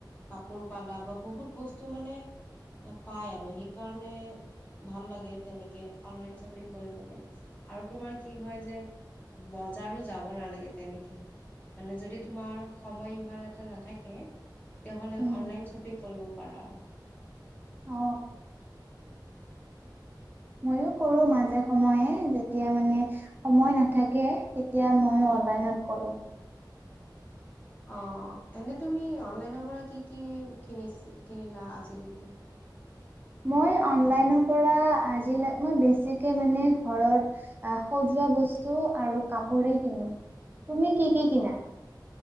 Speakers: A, on the left; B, on the right.
A: কাপোৰ পালা বা বহুত বস্তু মানে পাই আৰু সেইকাৰণে ভাল লাগে যেনেকে অনলাইন কৰিবলে আৰু তোমাৰ কি হয় যে বজাৰো যাব নালাগে তেনেকে মানে যদি তোমাৰ সময় ইমান এটা নাথাকে তেতিয়াহ'লে
B: উম।
A: অনলাইন শ্বপিং কৰিব পাৰা আৰু
B: অ ময়ো কৰো মাজে সময়ে যেতিয়া মানে সময় নাথাকে তেতিয়া ময়ো
A: উম।
B: অনলাইনত গ'লোঁ
A: অ', এনে তুমি অনলাইনৰ পৰা কি, কি কিনিছ কিনিলা আজিলৈকে
B: মই অনলাইনৰ পৰা আজি লৈ মই বেছি কৈ মানে ঘৰত সজোৱা বস্তু আৰু কাপোৰে কিনো তুমি কি, কি কিনা?
A: অ